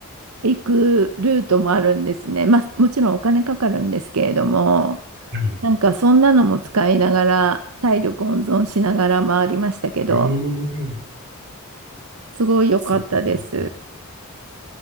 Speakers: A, on the right (about 75°); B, on the right (about 50°).
A: 行くルートもあるんですね。まあ、もちろんお金かかるんですけれども、
B: うん
A: なんかそんなのも使いながら、体力温存しながら回りましたけど、
B: ええ
A: すごい良かったです。
B: すごい。